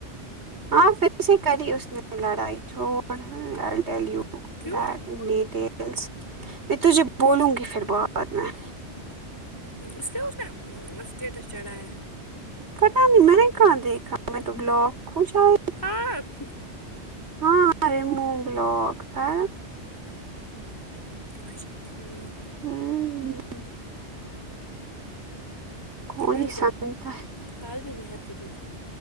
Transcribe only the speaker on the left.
کیوں
اس لی اس نےمم اسٹیٹس چڑایا
ہاتھ
اچھا ٹھیک
ہ میں
نے
سر
کل بھی مہر کو دیکھا